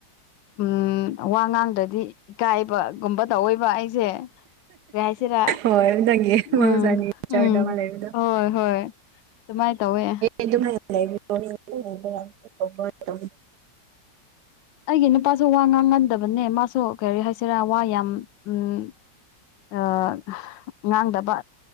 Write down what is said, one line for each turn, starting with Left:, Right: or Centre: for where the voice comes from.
Left: ꯎꯝ ꯋꯥ ꯉꯥꯡꯗꯔꯗꯤ ꯏꯀꯥꯏꯕ ꯒꯨꯝꯕ ꯇꯧꯏꯕ ꯑꯩꯁꯦ ꯀꯔꯤ ꯍꯥꯏꯁꯤꯔꯥ
Right: ꯍꯣꯏ ꯅꯪꯒꯤ ꯃꯍꯧꯁꯥ
Left: ꯎꯝ_ꯎꯝ
Right: ꯅꯦꯆꯔꯗ ꯑꯃ ꯂꯩꯕꯗꯣ
Left: ꯍꯣꯏ_ ꯍꯣꯏ ꯑꯗꯨꯃꯥꯏꯅ ꯇꯧꯋꯦ
Right: ꯑꯗꯨ ꯂꯩꯕꯤꯔꯣꯗꯣ
Left: ꯑꯩꯒꯤ ꯅꯨꯄꯥꯁꯨ ꯋꯥ ꯉꯥꯡꯍꯟꯗꯕꯅꯦ ꯃꯥꯁꯨ ꯀꯔꯤꯔꯤ ꯍꯥꯏꯁꯤꯔꯥ ꯋꯥ ꯌꯥꯝ ꯎꯝ ꯑ ꯉꯥꯡꯗꯕ